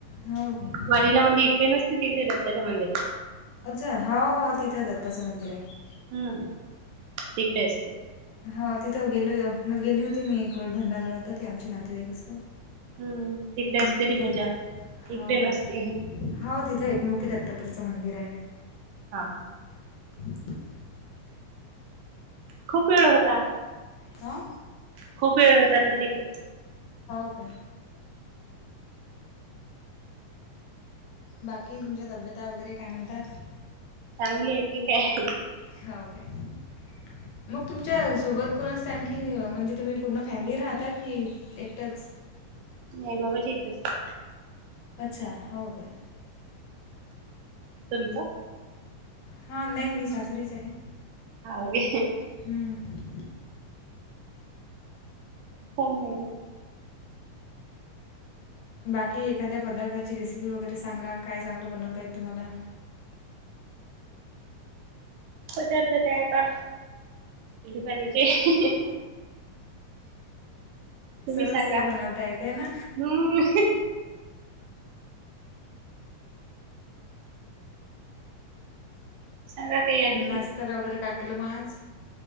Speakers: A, on the left; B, on the right.
A: हो काय
B: वारीला म्हणजे इकडे नसते तीनथ दत्ताच्या मंदिरात
A: अच्छा हो हो तिथे दत्ताचं मंदिर आहे
B: हम्म तेकय असते
A: हा तिथं गेली गेली होती मी एक वेळ भंडारा होत ते आमचे नातेवाईक असतं
B: हम्म तिकडे
A: हम्
B: असते ती पूजा
A: त्यां हो
B: इकडे नसते
A: का
B: हा
A: हो तिथे एकमु की दत्तपुरचं मंदिर आहे
B: हा
A: <inaudible>
B: खूप वेळ होता
A: ह
B: खूप वेळ होतात ना तिकडे
A: ठीे बाकी तुमच्या तब्यता वगैरे काय म्हणतात
B: चांगलीय ठीक आहे
A: हां ओके मग तुमच तुमच्या सोबत कोण असते आणखी म्हणजे तुम्ही पूर्ण फॅमिली राहता की एकटाच
B: नाही बाबा ज येतच.
A: अच्छा हो का.
B: तूमचा
A: हा नाही मी सासरीच आहे
B: हगे
A: हम्म.
B: स ना
A: बाकी एखाद्या पदार्थाची रेसिपी वगैरे सांगा काय चांगलं बनवताय तुम्हाला <inaudible>
B: पदारथ कायता पचे आणि तुम्ही
A: सर्वच
B: सांगा
A: काही बनवता येते ना
B: हम् सांगा काही आणखी
A: नतरा वगैरे कापलं माज